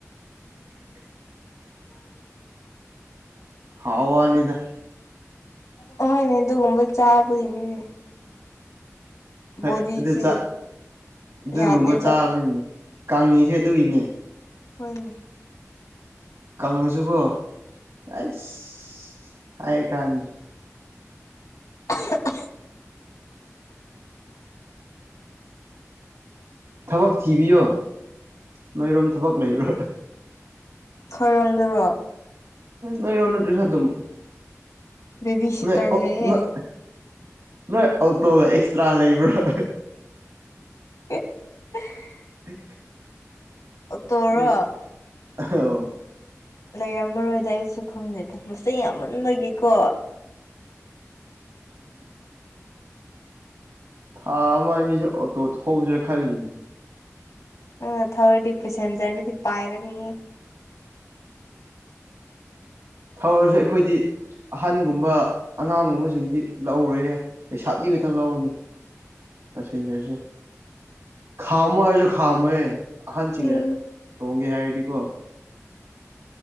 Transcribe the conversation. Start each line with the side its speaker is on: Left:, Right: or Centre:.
Right: <inaudible> ꯍꯥꯎ ꯋꯥꯅꯤꯗ
Left: ꯍꯣꯏꯅꯦ ꯑꯗꯨꯒꯨꯝꯕ ꯆꯥꯕꯒꯤꯅꯤꯅꯦ
Right: ꯍꯣꯏ
Left: ꯕꯣꯗꯤꯁꯦ
Right: ꯑꯗꯨ ꯆꯥꯛ ꯑꯗꯨꯒꯨꯝꯕ
Left: ꯌꯥꯗꯦꯕ
Right: ꯆꯥꯕꯩꯅꯤ ꯀꯪꯉꯤꯁꯦ ꯑꯗꯨꯏꯅꯦ
Left: ꯍꯣꯏꯅꯦ
Right: ꯀꯪꯉꯁꯨꯀꯣ ꯑꯩꯁ ꯍꯥꯏ ꯀꯥꯟꯗꯦ
Left: <unintelligible>
Right: ꯊꯕꯛ ꯊꯤꯕꯤꯌꯣ ꯅꯣꯏꯔꯣꯝ ꯊꯕꯛ ꯂꯩꯕ꯭ꯔꯣ
Left: ꯈꯣꯏꯔꯣꯝꯗꯔꯣ
Right: ꯅꯣꯏꯔꯣꯝꯗꯁꯨ ꯑꯗꯨꯝ
Left: ꯕꯦꯕꯤ ꯁꯤꯇꯔ
Right: ꯅꯣꯏ
Left: ꯂꯩꯌꯦ
Right: ꯅꯣꯏ ꯅꯣꯏ ꯑꯧꯇꯣ ꯑꯥꯛꯁꯇ꯭ꯔꯥ ꯂꯩꯕ꯭ꯔꯥ <unintelligible>
Left: <unintelligible>
Right: <inaudible>
Left: ꯑꯣꯇꯣꯔꯣ
Right: ꯅꯣꯏ ꯑꯥꯎ
Left: ꯂꯩꯔꯝꯃꯔꯣꯏꯗ ꯑꯩꯖꯨ ꯈꯪꯗꯦꯗ ꯃꯁꯤꯡ ꯌꯥꯝꯃꯟꯕꯒꯤꯀꯣ
Right: ꯊꯥ ꯑꯃ ꯑꯅꯤꯁꯦ ꯑꯣꯇꯣ ꯊꯧꯖꯤꯔ ꯈꯜꯂꯤꯃꯤ
Left: ꯅꯥꯪꯅ ꯊꯧꯔꯗꯤ ꯄꯦꯁꯦꯟꯖꯔꯗꯤ ꯄꯥꯏꯔꯅꯤꯌꯦ
Right: ꯊꯧꯔꯖꯨ ꯑꯩꯈꯣꯏꯗꯤ ꯑꯍꯟꯒꯨꯝꯕ ꯑꯉꯥꯡꯒꯨꯝꯕꯁꯤꯡꯗꯤ ꯂꯧꯔꯌꯦ ꯂꯩꯁꯥꯕꯤ ꯈꯛꯇꯪ ꯂꯧꯔꯅꯤ ꯄꯦꯁꯦꯟꯖꯔꯁꯦ ꯈꯥꯝꯃꯣ ꯍꯥꯏꯔꯁꯨ ꯈꯥꯝꯃꯣꯏꯌꯦ ꯑꯍꯟꯁꯤꯡꯅ
Left: ꯎꯝ
Right: ꯇꯣꯡ ꯒꯦ ꯍꯥꯏꯔꯗꯤꯀꯣ